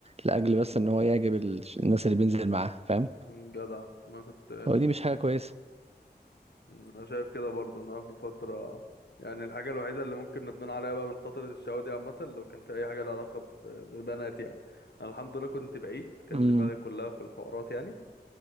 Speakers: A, on the right; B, on the left.
A: لأجل بس إن هو يعجب ال- الناس اللي بينزل معاها فاهم
B: جدع ما كنت
A: هو دي مش حاجة كويسة
B: مم، انا شايف كده برضو ان انا في الفتره يعني الحاجه الوحيده اللي ممكن ندمان عليها بقى من فتره الشقاوه دي عامه لو كان في اي حاجه لها علاقه ب- ببنات يعني انا الحمد لله كنت بعيد كان
A: امم
B: دماغي كلها في الحوارات يعني